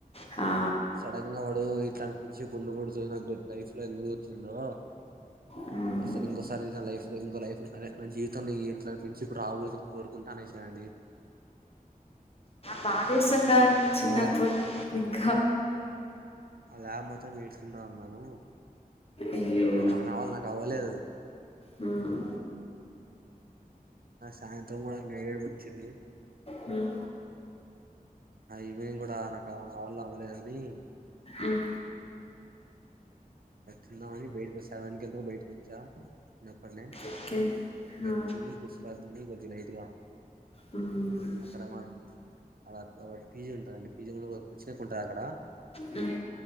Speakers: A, on the left (about 40°); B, on the right (about 80°).
A: హా
B: సడంగా వాడు ఫ్రెండ్షిప్ ఉండకూడదు నాకు లైఫ్ లో ఎందుకు వచ్చిందో
A: హ్మ్
B: అసలు ఇంకోసారి నా లైఫ్ ఇ ఇంకో లైఫ్ అదే నా జీవితంలో ఇట్లా ఫ్రెండ్షిప్ రాకూడదని కోరుకుంటా అనేసారండి
A: భాదేస్తుంది కదండి ఇంకా చిన్నప్పు
B: ఆ ల్యా
A: ఇంకా
B: ఆ ల్యాబ్ మొత్తం ఏడ్చింది కుంటూ ఉన్నాను
A: అయ్యో
B: నా నా వళ్ళ నాకు అవ్వలేదు
A: హ్మ్
B: సాయంత్రం కూడా ఏడుపొచి చండీ
A: హ్మ్
B: ఈవెనింగ్ కూడా నాకు నా వళ్ళ అవ్వలేదు అండి క్లి
A: ఉమ్
B: తిందాం అని బయట్కొచ్చా అందుకే బయట్కొచ్చా నేనొక్కడినే
A: ఓకే
B: ఇంగ
A: హా
B: తిని కూర్చో <unintelligible> లైట్ గా
A: హ్మ్
B: అక్కడ మా అక్కడ పిజీ ఉంటదండి పీజీ ముందు కూర్చునే ఉంటుది అక్కడ
A: హ్మ్